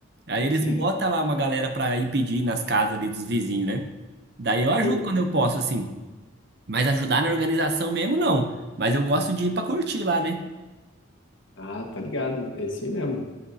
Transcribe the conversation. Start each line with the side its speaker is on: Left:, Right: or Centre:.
Right: Aí eles
Left: Sim.
Right: botam lá uma galera pra ir pedir nas casas ali dos vizinhos, né? Daí eu ajudo
Left: Ô,
Right: quando eu posso, assim. Mas ajudar na organização mesmo, não. Mas eu gosto de ir pra curtir lá, né?
Left: ah, tá ligado. É isso aí mesmo.